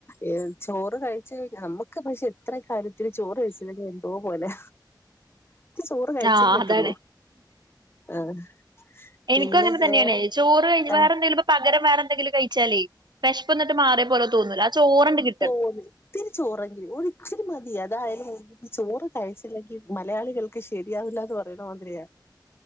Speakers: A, on the left; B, on the right.
A: ഏഹ് ചോറ് കഴിച്ച കഴി നമ്മുക്ക് പക്ഷെ എത്ര <unintelligible> ചോറ് കഴിച്ചില്ലെങ്കിഎന്തോ പോലെ ഇത്തിരി ചോറ് കഴിച്ചേ
B: ആഹ്
A: പറ്റുള്ളൂ.
B: അതാണ്
A: ആഹ്
B: എനിക്കുംങ്ങനെ
A: പിന്നെ
B: തന്നേണ്
A: വേറെ
B: ചോറ് കഴിഞ്ഞ്
A: ആഹ്
B: വേറെന്തേലും പകരം വേറെന്തെങ്കിലും കഴിച്ചാലേ വിഷപ്പ് ന്നിട്ട് മാറിയപോലെ തോന്നൂല്ല ചോറന്നെ കി
A: തോന്നി ത്തിരി ചോറെങ്കിൽ ഒരിച്ചിരി മതി അതായാലും ചോറ് കഴിച്ചില്ലെങ്കിൽ മലയാളികൾ ക്ക് ശരിയാവില്ലാന്ന് പറയണ മാതിരിയ